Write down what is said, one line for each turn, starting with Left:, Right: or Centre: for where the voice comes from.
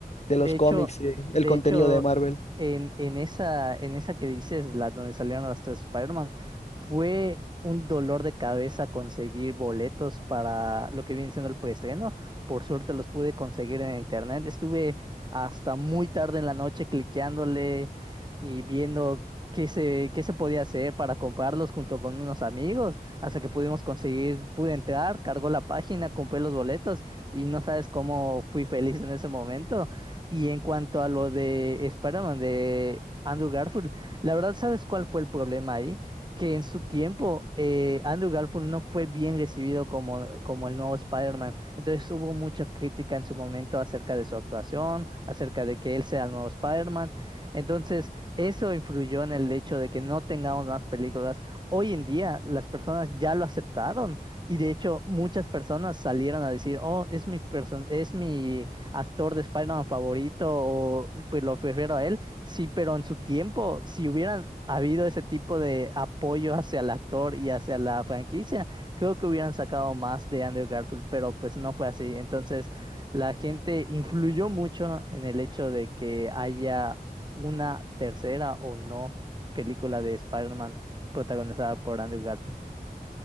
Left: de
Right: De
Left: los
Right: hecho,
Left: cómics, eh,
Right: de
Left: el contenido
Right: hecho,
Left: de Marvel.
Right: en, en esa, en esa que dices, la donde salieron los tres Spider-Man, fue un dolor de cabeza conseguir boletos para lo que viene siendo el preestreno. Por suerte los pude conseguir en internet. Estuve hasta muy tarde en la noche cliqueándole y viendo qué se, qué se podía hacer para comprarlos junto con unos amigos, hasta que pudimos conseguir, pude entrar, cargó la página, compré los boletos y no sabes cómo fui feliz en ese momento y en cuanto a lo de Spider-Man de Andrew Garfield, la verdad, ¿sabes cuál fue el problema ahí? Que en su tiempo eh, Andrew Garfield no fue bien recibido como, como el nuevo Spider-Man. Entonces hubo mucha crítica en su momento acerca de su actuación, acerca de que él sea el nuevo Spider-Man. Entonces eso influyó en el hecho de que no tengamos más películas. Hoy en día las personas ya lo aceptaron y de hecho muchas personas salieron a decir, oh, es mi, person es mi actor de Spider-Man favorito o pues lo prefiero a él. Sí, pero en su tiempo, si hubieran habido ese tipo de apoyo hacia el actor y hacia la franquicia, creo que hubieran sacado más de Andrew Garfield, pero pues no fue así. Entonces, la gente influyó mucho en el hecho de que haya una tercera o no película de Spider-Man protagonizada por Andrew Garfield.